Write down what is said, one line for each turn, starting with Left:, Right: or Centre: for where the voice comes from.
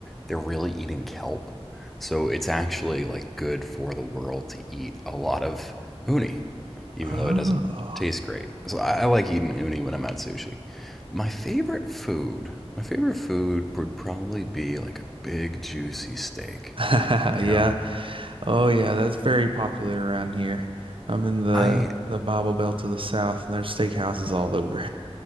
Centre: They're really eating kelp. So it's actually like good for the world to eat a lot of uni, even
Right: Oh.
Centre: though it doesn't taste great. So I, I like eating uni when I'm at sushi. My favorite food, my favorite food would probably be like a big juicy steak.
Right: <laughs>
Centre: You
Right: Yeah.
Centre: know,
Right: Oh yeah, that's very popular around here. I'm in the
Centre: I
Right: the Bible Belt to the south and there's steakhouses all over.